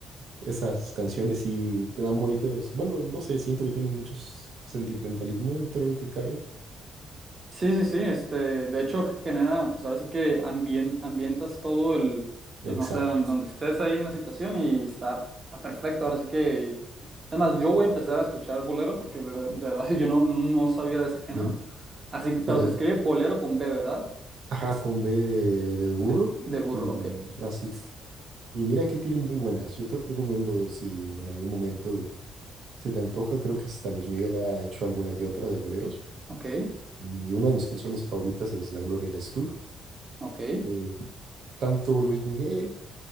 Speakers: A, on the right; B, on the right.
A: Esas canciones sí te dan bonitos, bueno, no sé, siento que tienen muchos sentimentalismo dentro de lo que cabe.
B: Sí, sí, sí, este, de hecho genera, pues ahora sí que ambien- ambientas todo el, pues
A: Exacto.
B: no sé, don- donde, estés ahí en la situación y está, está perfecto, ahora sí que, además yo voy a empezar a escuchar bolero porque de, de verdad <laughs> yo no, no sabía de ese género,
A: de-
B: así que, pero
A: Mira,
B: se
A: yo,
B: escribe bolero con B, ¿verdad?
A: ajá, con B de burro
B: De, de burro,
A: y
B: ok,
A: así. Y mira que tiene muy buenas. Yo te recomiendo si en algún momento Se te antoja, creo que hasta Luis Miguel ha hecho alguna que otra de boleros.
B: ok,
A: Y una de mis canciones favoritas es La Gloria eres tú.
B: ok,
A: Eh, tanto Luis Miguel